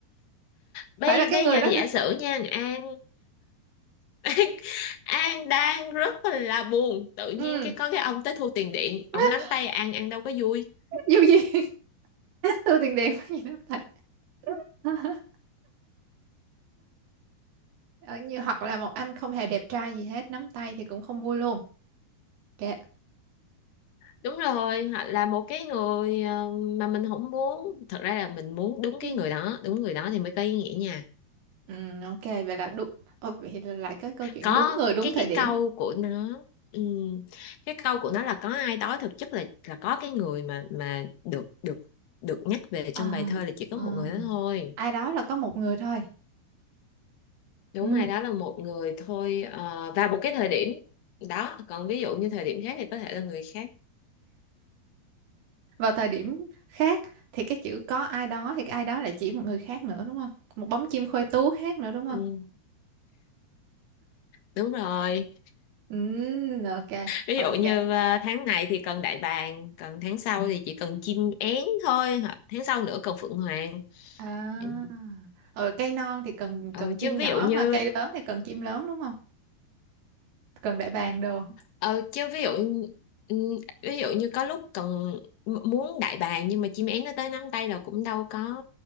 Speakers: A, on the left (about 75°); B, on the right (about 70°).
A: bây
B: phải là cái
A: bây
B: người
A: giờ
B: đó
A: giả
B: nữa
A: sử nha An <laughs> An, An đang rất là buồn tự nhiên
B: ừ
A: cái có cái ông tới thu tiền điện
B: <laughs>
A: ông nắm tay An An đâu có vui
B: dù gì <laughs> thu tiền điện có gì nắm tay <laughs> Ờ, như hoặc là một anh không hề đẹp trai gì hết nắm tay thì cũng không vui luôn kệ
A: đúng rồi hoặc là một cái người ờ, mà mình không muốn thật ra là mình muốn đúng
B: Ừ.
A: cái người đó đúng người đó thì mới có ý nghĩa nha
B: Ừ, ok vậy là đúng Ồ, vậy là lại cái câu chuyện
A: có
B: đúng người đúng
A: cái
B: thời
A: cái
B: điểm
A: câu của nó ừm, cái câu của nó là có ai đó thực chất là là có cái người mà mà được được được nhắc về
B: À,
A: trong bài thơ là chỉ có
B: à.
A: một người đó thôi
B: ai đó là có một người thôi
A: đúng
B: ừ.
A: ai đó là một người thôi ờ, và một cái thời điểm đó còn ví dụ như thời điểm khác thì có thể là người khác
B: vào thời điểm khác thì cái chữ có ai đó thì cái ai đó lại chỉ một người khác nữa đúng không một bóng chim khoe tú khác nữa đúng không
A: Ừm, đúng rồi
B: ừ, ok
A: ví
B: ok
A: dụ như ờ, tháng này thì cần đại bàng còn tháng sau thì chỉ cần chim én thôi hoặc tháng sau nữa cần phượng hoàng
B: à
A: Ừm.
B: ừ, cây non thì cần
A: ừ,
B: cần chim
A: chứ
B: nhỏ
A: ví dụ như
B: mà cây lớn thì cần chim lớn đúng không cần đại bàng đồ
A: Ờ, chứ ví dụ ừ, ví dụ như có lúc cần m- muốn đại bàng nhưng mà chim én nó tới nắm tay là cũng đâu có